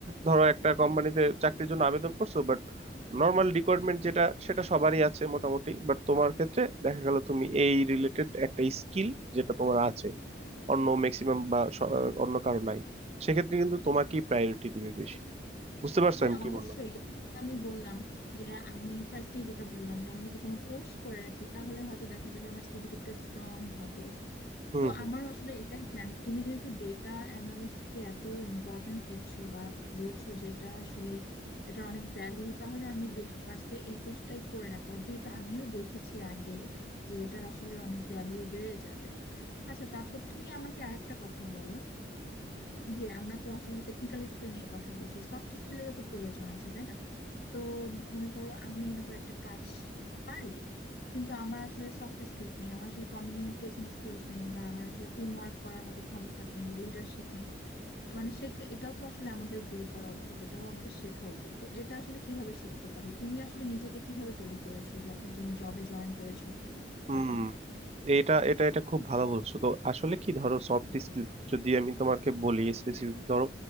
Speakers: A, on the right; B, on the left.
A: ধরো একটা কোম্পানিতে চাকরির জন্য আবেদন করছো বাট নর্মাল রিকোয়ারমেন্ট যেটা সেটা সবারই আছে মোটামুটি বাট তোমার ক্ষেত্রে দেখা গেল তুমি এই রিলেটেড একটা স্কিল যেটা তোমার আছে অন্য ম্যাক্সিমাম বা স- অন্য কারো নাই সেক্ষেত্রে কিন্তু তোমাকেই প্রায়োরিটি দিবে বেশি বুঝতে পারছো
B: হ্যাঁ
A: আমি কি
B: অবশ্যই
A: বললাম
B: এই জন্যই তো আমি বললাম যে আমি ফার্স্টে যেটা বললাম যে আমি যদি কোনো কোর্স করে রাখি তাহলে হয়তো দেখা যাবে আমার সিভিটা একটু স্ট্রং হবে
A: হুম
B: তো
A: হুম
B: আমারও আসলে এটাই প্ল্যান তুমি যেহেতু ডেটা অ্যানালিস্ট কে এত ইম্পর্টেন্স দিচ্ছ বা বলছো যে এটা আসলে এটা অনেক ভ্যালিউ তাহলে আমি দেখি ফার্স্টে এই কোর্সটাই করে রাখবো আর যেহেতু আমিও দেখেছি আগে যে এটার আসলে অনেক ভ্যালিউ বেড়ে যাবে আচ্ছা তারপর তুমি আমাকে আরেকটা কথা বলো যে আমরা তো আসলে টেকনিক্যাল স্কিল নিয়ে কথা বলছি সফট স্কিলেরও তো প্রয়োজন আছে তাই না তো মনে করো আমি মনে করো একটা কাজ পারি কিন্তু আমার আসলে সফট স্কিলস নেই আমার আসলে কমিউনিকেশন স্কিলস নেই বা আমার আসলে টিম ওয়ার্ক করার মতো ক্ষমতা নেই লিডারশিপ নেই মানে শেখে এটাও তো আসলে আমাদের গ্রো করা উচিত এটাও আমাদের শেখা উচিত তো এটা আসলে কিভাবে শিখতে পারি তুমি আসলে নিজেকে কিভাবে তৈরি করেছো যখন তুমি জবে জয়েন করেছো
A: হুম
B: তখন
A: এটা এটা এটা খুব ভালো বলছো তো আসলে কি ধরো সফট স্কিল যদি আমি তোমাকে বলি স্পেসিফিক ধরো